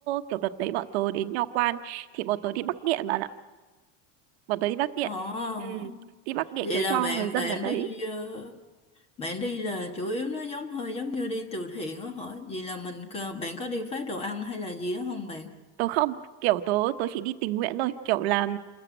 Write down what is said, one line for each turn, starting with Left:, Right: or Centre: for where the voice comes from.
Right: kiểu đợt đấy bọn tớ đến nho quan thì bọn tớ đi Bắc Điện bạn ạ bọn tớ đi Bắc Điện
Left: ồ.
Right: Ừm, đi Bắc Điện
Left: Vậy
Right: kiểu
Left: là
Right: cho
Left: bạn
Right: người dân
Left: bạn
Right: ở đấy
Left: đi ờ, bạn đi là chủ yếu nó giống hơi giống như đi từ thiện đó hả? Vậy là mình cơ- bạn có đi phát đồ ăn hay là gì đó không bạn?
Right: tớ không kiểu tớ tớ chỉ đi tình nguyện thôi kiểu làm